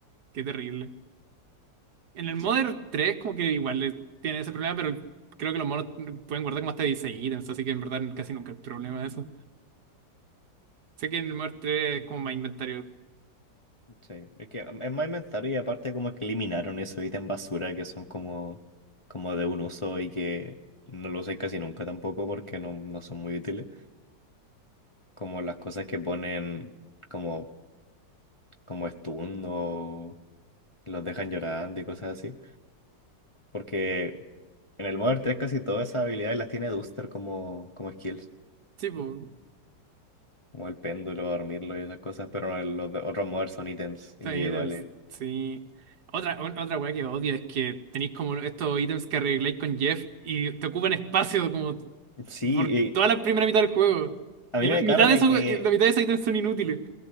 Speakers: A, on the right; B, on the left.
A: qué terrible. En el Modern
B: Sí,
A: 3 como que igual eh, tiene ese problema, pero creo que los monos pueden guardar como hasta 16 ítems, así que en verdad casi nunca hay problema de eso. Sé que en el Modern tres es como más inventario.
B: sí. Es que mm, es más inventario y aparte como que eliminaron esos ítems basura que son como, como de un uso y que no lo usé casi nunca tampoco porque no, no son muy útiles. Como las cosas que ponen como, como stun o los dejan llorando y cosas así. Porque en el Modern tres casi todas esas habilidades las tiene Duster como, como skills,
A: Sí, pues,
B: como el péndulo, dormirlo y esas cosas, pero el- los de- otros Modern son ítems individuales.
A: 6 ítems, sí. Otra, un- otra wea que odio es que tenéis como estos ítems que arregláis con Jeff y te ocupan espacio, como
B: Sí,
A: por toda
B: y
A: la primera mitad del juego.
B: a
A: Y
B: mí
A: la
B: me
A: mitad
B: carga
A: de esos,
B: que,
A: y la mitad de esos ítems son inútiles.